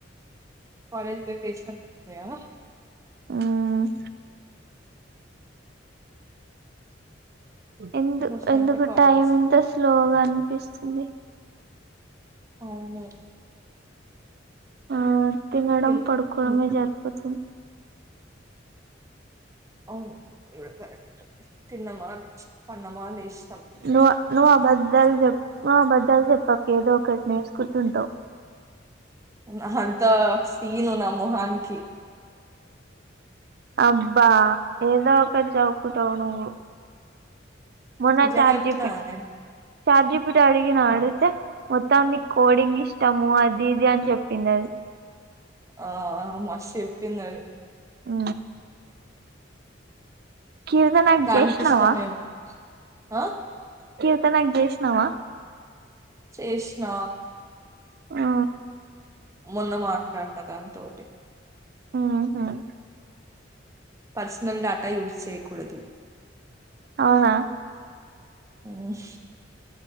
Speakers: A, on the right; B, on the right.
A: కాలేజ్ పోయి్ పేషెంట్ అనుకుంటివా
B: ఉమ్ ఎందు
A: అనవసరంగా
B: ఎందుకు
A: కాలేజ్
B: టైమ్ ఎంత స్లోగా అనిపిస్తుంది
A: అవును
B: ఆ తినడం
A: ఇం-
B: పడుకోవడమే
A: ఉమ్,
B: జరిపోతుంది
A: అవును ఇవాడ కరట్ తిన్నం బగుంధి పన్నమా లేష్
B: ను నువు ఆబద్ద్దలు జ నువు ఆబద్దాలు చెప్పక ఏదో ఒకటి నేర్చుకుంటుంటావు
A: అహా అంత సీన్ ఉన్నా మొహాన్ కి
B: అబ్బా ఏదో ఒకాటి చెప్ ట్టవు నువు మన
A: నిజంగా
B: చార్జపి
A: చెప్తున్నా కదా నేను
B: చజ బట్ అడిగ నా
A: ఆ
B: ఆడుతతే మత్తవ న కోడింగ్ ఇష్టము అ దిది అని చెపింధి అధి
A: ఆ మషి చెప్పింద అధి
B: ఆ కిర్దనాగ్
A: దానికి
B: జ్యేష్ణవా
A: ఇష్టమేమో ఆ
B: కీర్తనగ్ చెస్నావా
A: చెస్నా
B: ఆ
A: మొన్న మాట్లాడిన దాని తటి
B: మ్మ్హ్
A: పర్సనల్ డాాటా యూజ్ చేయకూడదు
B: అవునా
A: ఉమ్